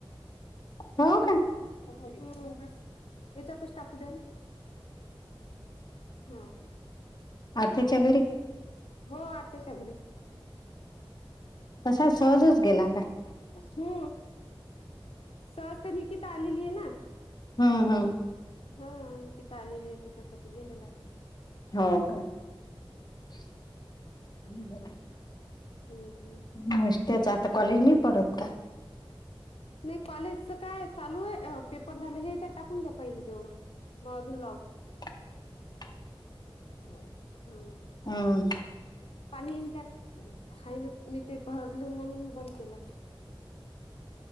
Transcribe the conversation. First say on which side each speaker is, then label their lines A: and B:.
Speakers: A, on the left; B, on the left.
A: हो का?
B: हम्म याचा तच टाकू द्या ना. हम्म
A: आत्याच्या घरी
B: हो आत्याच्या घरी
A: तसा सहजच गेला का?
B: हम्म सहज तेनी त्ता आलेली आहे ना
A: हम्म हम्म.
B: हो अंकिता आलेली आहे, त्याच्यासाठी गेलेला आहे
A: हो का हम्म बरंय
B: हम्म हम्म
A: नाश्त्याच कॉलेज नाही पढत का?
B: नाही कॉलेजचं काय चालू आहे पेपर झालं हेच्यात टाकून द्या पहिले तेवढं मग अजून लावतो
A: <inaudible>
B: हम्म
A: अं
B: पाणी येन त्यात कुठेय हाय ना मी ते भरल म्हणून मी बंद केलं.